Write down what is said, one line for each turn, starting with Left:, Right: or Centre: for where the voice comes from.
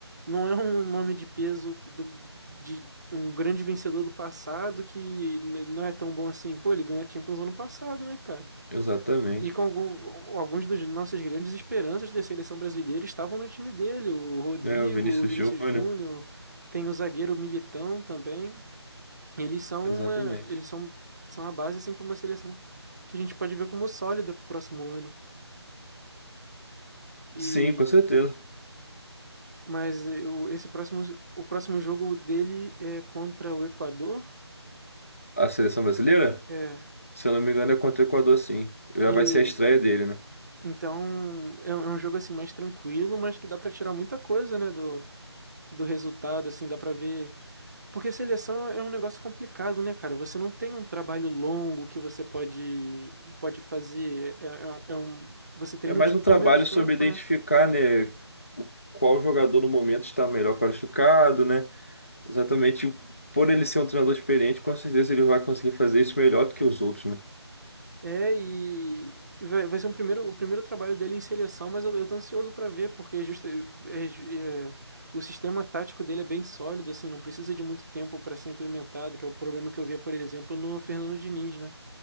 Right: não é um nome de peso do, de um grande vencedor do passado que n- não é tão bom assim. Pô, ele ganhou a Champions ano passado, né, cara?
Left: Exatamente.
Right: E com algum, alguns dos nossas grandes esperanças da seleção brasileira estavam no time dele. O Rodrigo,
Left: Né, o Vinícius
Right: o Vinícius
Left: Júnior.
Right: Júnior, tem o zagueiro Militão também. Eles são
Left: Exatamente.
Right: uma, eles são, são a base assim para uma seleção que a gente pode ver como sólida pro próximo ano. E
Left: Sim, com certeza.
Right: Mas eu, esse próximo, o próximo jogo dele é contra o Equador.
Left: A seleção brasileira,
Right: É.
Left: se eu não me engano, é contra o Equador, sim. Já
Right: E
Left: vai ser a estreia dele, né?
Right: então é, um é um jogo assim mais tranquilo, mas que dá pra tirar muita coisa, né, do, do resultado, assim, dá pra ver. Porque seleção é um negócio complicado, né, cara? Você não tem um trabalho longo que você pode pode fazer. É, é, um, é um- você treina
Left: É mais
Right: o time
Left: um trabalho
Right: por menos tempo,
Left: sobre identificar,
Right: né?
Left: né, o- qual jogador no momento está melhor qualificado, né? Exatamente, o- por ele ser um treinador experiente, com certeza ele vai conseguir fazer isso melhor do que os outros, né?
Right: É, e e vai, vai ser um primeiro, o primeiro trabalho dele em seleção, mas eu, eu tô ansioso pra ver, porque é justa- é ju- é, o sistema tático dele é bem sólido, assim, não precisa de muito tempo pra ser implementado, que é o problema que eu via, por exemplo, no Fernando Diniz, né?